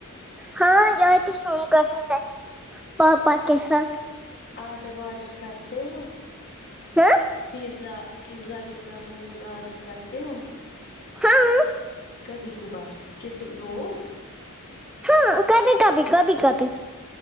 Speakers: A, in the centre; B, on the left (about 50°).
A: ہاں جاتے ہم کہیں کہیں پاپا کےساتھ
B: آرڈر واڈر کرتے ہو
A: ہاں
B: پیزا پیزا ویزا موموز آرڈر کرتے ہو
A: ہاں
B: کبھی کبھار کے روز
A: ہاں کبھی کبھی کبھی کبھی